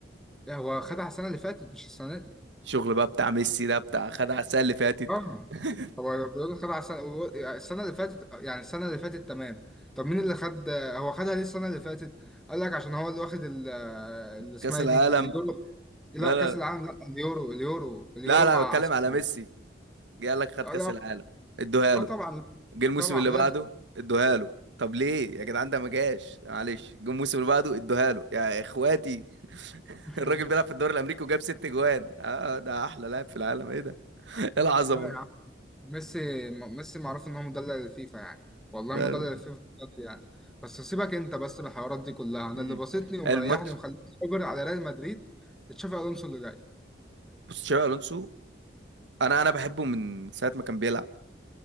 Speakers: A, in the centre; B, on the right (about 80°).
A: هو خدها السنه اللي فاتت مش السنه دي
B: الشغل بقى بتاع ميسي ده بتاع خد على السنه اللي فاتت
A: اه
B: <laughs>
A: هو بيقول خدها السنه هو- السنه اللي فاتت يعني السنه اللي فاتت تمام طب مين اللي خد هو خدها ليه السنه اللي فاتت قال لك عشان هو اللي واخد ال- اللي اسمها
B: كاس العالم
A: إيه دي اليورو لا
B: لا
A: كاس
B: لا لا
A: العالم لا اليورو اليورو اليورو
B: لا لا
A: مع
B: بتكلم
A: أسبانيا.
B: على ميسي جه قال لك خد
A: لا،
B: كاس العالم ادوها
A: اه
B: له
A: طبعا
B: جه الموسم
A: طبعا
B: اللي
A: لازم
B: بعده ادوها له طب ليه يا جدعان ده ما جاش معلش جه الموسم اللي بعده ادوها له يا اخواتي <laughs>
A: <laughs>
B: الراجل بيلعب في الدوري الامريكي وجاب ست جوان اه ده احلى لاعب في العالم ايه ده <laughs> ايه العظمه
A: لا يا
B: دي
A: ميسي م- ميسي معروف ان هو مدلل الفيفا يعني والله
B: ده
A: مدلل الفيفا بجد يعني بس سيبك انت بس من الحوارات دي كلها انا
B: مم.
A: اللي بسطني ومريحني
B: الماتش
A: ومخليني صابر على ريال مدريد تشافي الونسو اللي جاي
B: بص تشابي الونسو انا انا بحبه من ساعه ما كان بيلعب